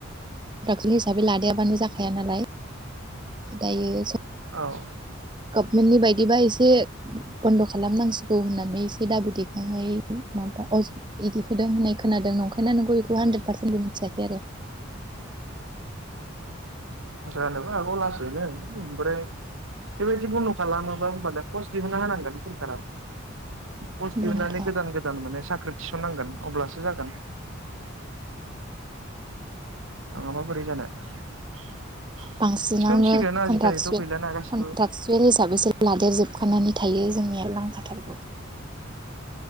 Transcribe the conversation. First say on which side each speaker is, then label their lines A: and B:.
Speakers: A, on the right; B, on the right.
A: <unintelligible> हिसाबै लादायाबानो जा हाया नालाय दायो
B: होनदों औ
A: गपमेननि बायदिबा एसे बन्द खालामनांसिगौ होननानै एसे दाबि दैखांनाय माबा अ <unintelligible> होननाय खोनादोंं नंखायना नोंगौ बेखौ हान्द्रेद पार्सेन्बो मिथिया खै आरो
B: जानोबो आगौ लासैनो ओमफ्राय बेबायदि बन्द खालामोबा होनबाना कस दिहुनना होनांगोन सोरखारा पस्ट
A: ओमफ्रायनोथ'
B: दिहुननानै गोदान गोदान माने साख्रि थिसननांगोन अब्लासो जागोन नङाबा बोरै जानो <inaudible>
A: बांसिनावनो
B: थिसनसिगोन आजिखालिथ'
A: कन्टासुवे
B: गैलाना गासिबो
A: कन्टाकसुयेल हिसाबैसो लादेर जोबखानानै थायो जोंनिया लांखाथार